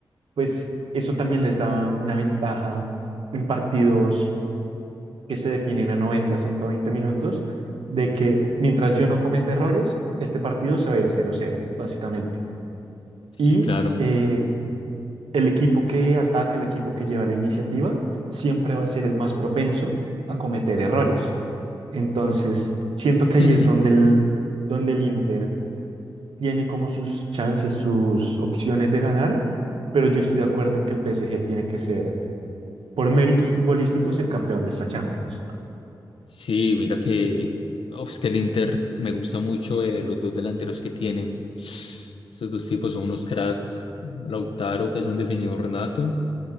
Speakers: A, on the right; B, on the left.
A: pues eso también les da una ventaja en partidos que se definen a noventa ciento veinte minutos, de que mientras yo no cometa errores, este partido se va a ir cero cero básicamente.
B: Sí,
A: Y
B: claro.
A: eh, el equipo que ataca, el equipo que lleva la iniciativa, siempre va a ser el más propenso a cometer errores. Entonces, siento que
B: <laughs>
A: ahí es donde el, donde el Inter tiene como sus chances, sus opciones de ganar, pero yo estoy de acuerdo en que el PSG tiene que ser, por méritos futbolísticos, el campeón de esta Champions.
B: Sí, mira que, oh, es que el Inter me gusta mucho eh, los dos delanteros que tienen. Esos dos tipos son unos cracks. Lautaro, que es un definidor nato,